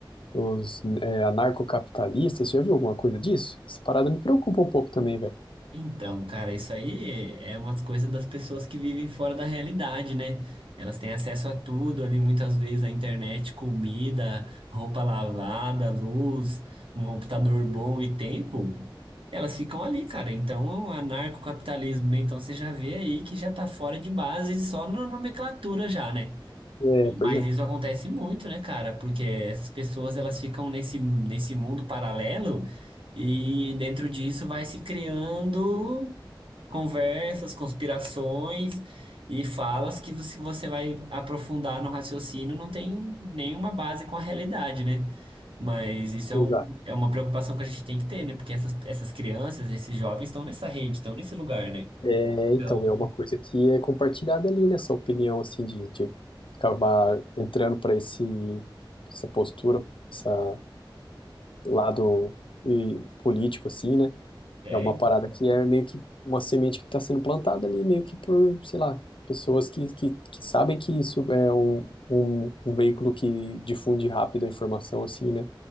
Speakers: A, on the left; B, on the right.
A: os é, anarcocapitalistas, você já viu alguma coisa disso? Essa parada me preocupa um pouco também, velho.
B: Então, cara, isso aí é umas coisas das pessoas que vivem fora da realidade, né? Elas têm acesso a tudo ali, muitas vezes a internet, comida, roupa lavada, luz, um computador bom e tempo. Elas ficam ali, cara. Então, é um anarcocapitalismo, né? Então, você já vê aí que já tá fora de base, só na nomenclatura já, né?
A: É, pois
B: Mas
A: é,
B: isso acontece muito, né, cara? Porque essas pessoas elas ficam nesse, nesse mundo paralelo e dentro disso vai se criando conversas, conspirações e falas que você- você vai aprofundar no raciocínio não tem nenhuma base com a realidade, né? Mas isso é,
A: exato.
B: um, é uma preocupação que a gente tem que ter, né? Porque essas, essas crianças, esses jovens estão nessa rede, estão nesse lugar, né?
A: É,
B: Então,
A: então, é uma coisa que é compartilhada ali, né? Essa opinião, assim, de, de acabar entrando para esse, essa postura, essa lado e, político, assim, né?
B: é,
A: É uma parada que é meio que uma semente que está sendo plantada ali, meio que por, sei lá, pessoas que, que, que sabem que isso é um, um, um veículo que difunde rápido a informação, assim, né?